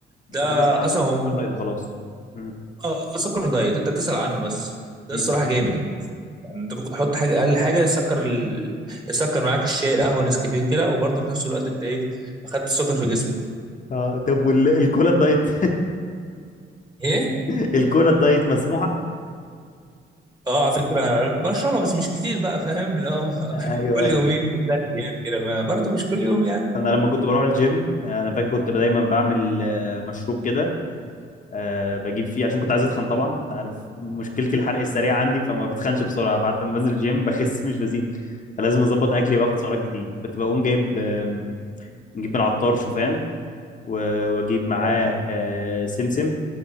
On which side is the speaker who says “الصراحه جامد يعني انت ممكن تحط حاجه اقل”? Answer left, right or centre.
Right